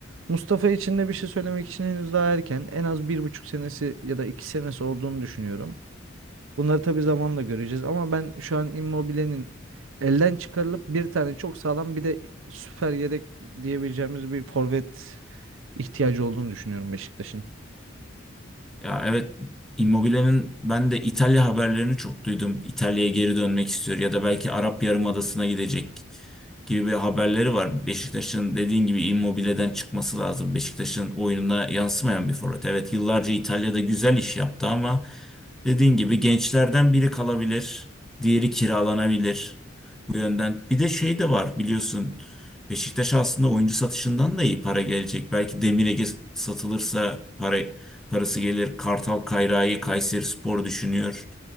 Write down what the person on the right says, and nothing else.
Mustafa için de bir şey söylemek için henüz daha erken. En az bir buçuk senesi ya da iki senesi olduğunu düşünüyorum. Bunları tabii zamanla göreceğiz ama ben şu an Immobile'nin elden çıkarılıp bir tane çok sağlam bir de süper yedek diyebileceğimiz bir forvet ihtiyacı olduğunu düşünüyorum Beşiktaş'ın.